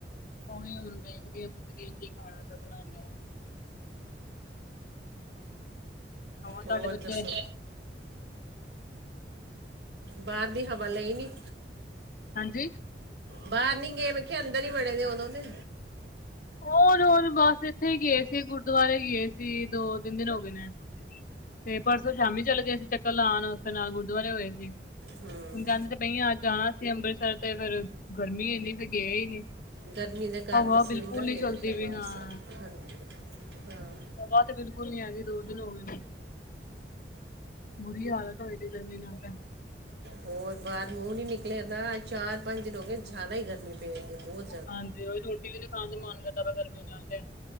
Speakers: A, on the left; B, on the right.
A: ਓਹੀ ਹੁੰਦਾ ਕਦੀ ਪੁੱਛਦੀ ਕੀ ਖਾਣਾ ਬਣਾਦੇ ਆ
B: ਹੋਰ
A: ਤੁਹਾਡੇ ਬੱਚੇ
B: ਦਸੋ? ਬਾਰ ਦੀ ਹਵਾ ਲਈ ਨੀ
A: ਹਾਂਜੀ?
B: ਬਾਰ ਨੀ ਗਏ ਮੇ ਕੇਆ ਅੰਦਰ ਈ ਵੜੇ ਨੇ ਉਦੋਂ ਦੇ?
A: ਓ ਰੋਲ ਬਸ ਏਥੇ ਈ ਗਏ ਸੀ ਗੁਰਦੁਆਰੇ ਗਏ ਸੀ ਦੋ- ਤਿੰਨ ਦੇਨ ਹੋ ਗਏ ਨੇ ਤੇ ਪਰਸੋਂ ਸ਼ਾਮੀ ਚਲੇ ਗਏ ਸੀ ਚੱਕਰ ਲਾਣ ਓਸਦੇ ਨਾਲ ਗੁਰਦੁਆਰੇ ਹੋਏ ਸੀ ਹੁਣ
B: ਹੂੰ
A: ਕੈਂਦੇ ਬਈ ਆ ਜਾਣਾ ਸੀ ਅੰਬਰਸਰ ਤੇ ਫਿਰ ਗਰਮੀ ਏਨੀ ਫਿਰ ਗਏ ਈ ਨੀ
B: ਗਰਮੀ ਦੇ ਕਾਰਨ
A: ਹਵਾ
B: ਅਸੀਂ
A: ਬਿਲਕੁਲ
B: ਵੀ ਨਾ ਗਏ
A: ਨੀ ਚਲਦੀ
B: ਦਰਬਾਰ
A: ਵੀ ਹਾਂ
B: ਸਾਹਿਬ ਹਾਂਜੀ ਹਾਂ।
A: ਓ ਤੇ ਬਿਲਕੁਲ ਨੀ ਆਂਦੀ ਦੋ ਦਿਨ ਹੋ ਗਏ ਨੇ। ਬੁਰੀ ਹਾਲਤ ਹੋਈ ਦੀ ਗਰਮੀ ਨਾਲ ਤੇ
B: ਹੋਰ ਬਾਰ ਮੂੰਹ ਨੀ ਨਿਕਲਿਆ ਦਾ ਚਾਰ ਪੰਜ ਲੋਕ ਜਾਦਾ ਹੀ ਗਰਮੀ ਪਿਆ ਕਰਦੀ ਬੋਤ
A: ਹਾਂਜੀ ਉਹੀ ਰੋਟੀ ਵੀ ਨਾ ਖਾਣ ਦਾ ਮਨ ਕਰਦਾ ਪਿਆ ਗਰਮੀ ਨਾਲ ਤੇ